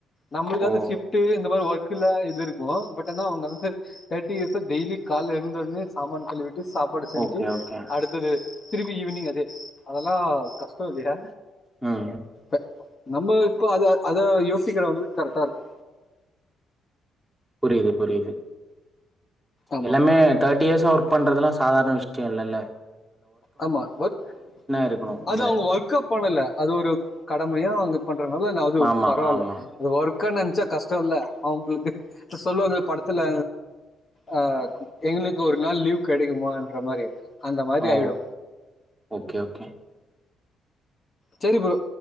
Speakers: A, on the left (about 40°); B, in the centre.
A: நம்ளுக்காவது
B: ஓ
A: சிஃப்ட்டு இந்த மாரி ஒ ல இதுருக்கு பட் ஆனா அவங்க வந்து தேட்டி இயர்ஸா டெய்லி கால்ல எழுந்த ஒண்ணே சமானான் கழி விட்டு சாப்பாடு செஞ்சு
B: ஓகே ஓகே
A: அடுத்தது திருப்பி ஈவினிங் அது அதெலா கஷ்டொ இல்லையா
B: ம்
A: இப்ப நம்ம இப்போ அத அத யோசிக்கிறவங்ளுக்கு கரெக்டாருக்கு
B: புரிது புரிது
A: ஆமா
B: எல்லாமே தேட் இயர்ஸ் ஒர்க் பண்றதுல்லா சாதாரண விஷயோ இல்ல இல்ல
A: ஆமா ஒர்க்
B: இருக்கணு
A: அது
B: அதுல
A: அவங்க ஒர்க்கா பண்ணல அது ஒரு கடமையா அவங்க பண்றனால அது
B: ஆமா
A: பரவால
B: ஆமா
A: அது ஒர்க்கா நெனச்சா கஷ்டோ இல்ல அவுங்களுக்கு சொல்லுவாங்க படத்துல ஆ எங்களுக்கு ஒரு நாள் லீவ் கொடைக்குமான்ற மாரி அந்த மாதி
B: ஓ
A: ஆயிடு
B: ஓகே ஓகே
A: செரி ப்ரோ